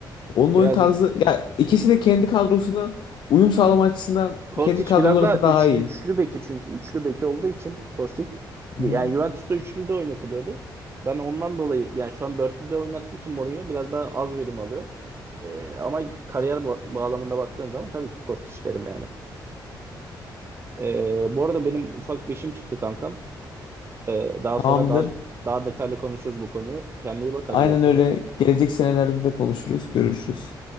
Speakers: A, on the left; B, on the right.
A: onun oyun
B: Biraz
A: tarzı ya ikisi de kendi kadrosuna uyum sağlama açısından
B: Kostić
A: kendi kadroları
B: biraz daha
A: da
B: üç,
A: daha iyi.
B: üçlü beki çünkü üçlü beki olduğu için Kostić yani
A: Hı hı.
B: Juventus'ta üçlü de oynatılıyordu. Ben ondan dolayı yani şu an dörtlü de oynattığı için Mourinho biraz daha az verim alıyor. Ee, ama kariyer ba- bağlamında baktığın zaman tabii ki Kostić derim yani. Ee, bu arada benim ufak beşim çıktı kankam. Ee, daha
A: Tamamdır.
B: sonra daha daha detaylı konuşuruz bu konuyu. Kendine iyi bak
A: Aynen
B: hadi görüşürüz.
A: öyle. Gelecek senelerde de konuşuruz, görüşürüz.